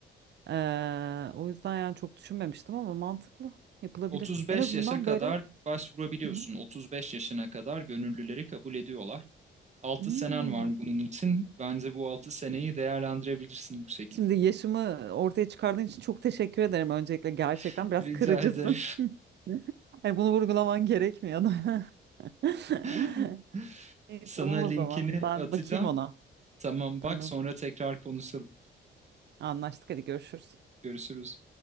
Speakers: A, on the right; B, on the right.
A: Ee, o yüzden yani çok düşünmemiştim ama mantıklı yapılabilir.
B: 35
A: En azından
B: yaşa kadar
A: böyle
B: başvurabiliyorsun.
A: Hı hı.
B: 35 yaşına kadar gönüllüleri kabul ediyorlar. Altı
A: Hmm.
B: senen var bunun için. Bence bu 6 seneyi değerlendirebilirsin bu şekilde.
A: Şimdi yaşımı ortaya çıkardığın için çok teşekkür ederim öncelikle. Gerçekten
B: <laughs>
A: biraz
B: Rica
A: kırıcısın.
B: ederim.
A: <laughs> Hani bunu vurgulaman gerekmiyordu. <laughs>
B: <laughs>
A: İyi,
B: Sana
A: tamam
B: linkini
A: o zaman. Ben
B: atacağım.
A: bakayım ona.
B: Tamam
A: Tamam.
B: bak sonra tekrar konuşalım.
A: Anlaştık. Hadi görüşürüz.
B: Görüşürüz.